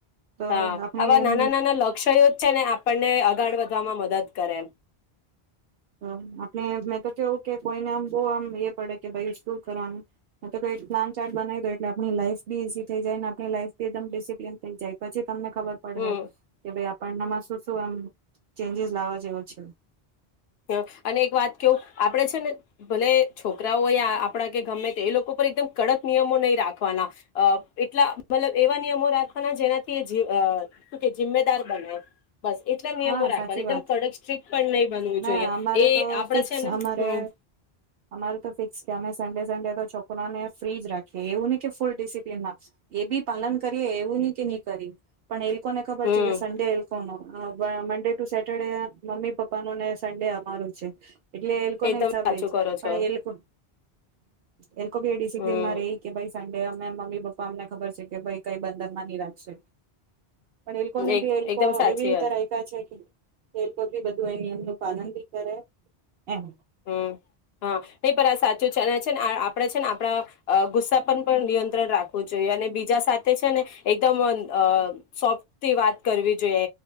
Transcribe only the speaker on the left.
હ
આવા
નાના નાના લક્ષ્યો છે ને આપણને આગાળ વધવામાં મદદ કરે એમ
હમ
હ અને એક વાત કેવું આપણેે છે ને ભલે છોકરાઓ યા આપણા કે ગમે તે એ લોકો પર એકદમ કડક નિયમો નહીં રાખવાના એટલા મતલબ એવા નિયમો રાખવાના જેનાથી શુ કે જિમ્મેદાર બને બસ એટલા નિયમો
રાખવાનું
એકદમ
કડક સ્ટ્રિક્ટ પણ નહી બનવું
જોઈએ
એ
આપડા
છે ને
હમ
હમ
એકદમ
સાચું
કરો
છો
હમ
એક
એકદમ સાચી
વાત
હમ હા નહી પણ આ સાચું છે અને છે ને આપણે છે ને આપણા ગુસ્સા પર પણ નિયંત્રણ રાખવું જોઈએ અને બીજા સાથે છે ને એકદમ અ સોફ્ટથી વાત કરવી જોઈએ